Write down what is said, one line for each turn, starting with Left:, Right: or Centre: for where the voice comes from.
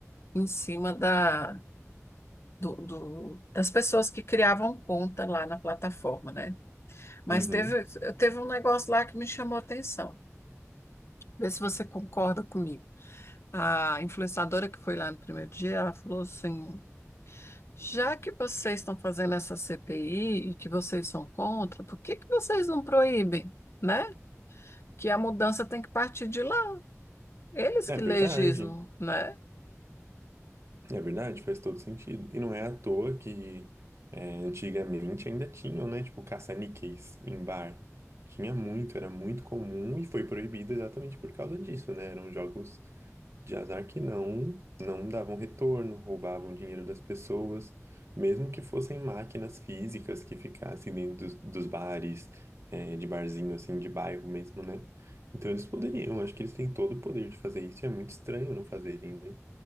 Left: em cima da do, do- das pessoas que criavam conta lá na plataforma, né? Mas
Right: Uhum.
Left: teve teve um negócio lá que me chamou a atenção. Vê se você concorda comigo. A influenciadora que foi lá no primeiro dia, ela falou assim: já que vocês estão fazendo essa CPI e que vocês são contra, por que que vocês não proíbem, né? Que a mudança tem que partir de lá, eles
Right: É
Left: que
Right: verdade,
Left: legislam, né?
Right: é verdade, faz todo sentido. E não é à toa que é, antigamente ainda tinham, né? Tipo, caça-níqueis em bar. Tinha muito, era muito comum e foi proibido exatamente por causa disso, né? Eram jogos de azar que não, não davam retorno, roubavam dinheiro das pessoas, mesmo que fossem máquinas físicas que ficassem dentro dos, dos bares, eh, de barzinho assim, de bairro mesmo, né? Então eles poderiam, acho que eles têm todo o poder de fazer isso, e é muito estranho não fazerem, né?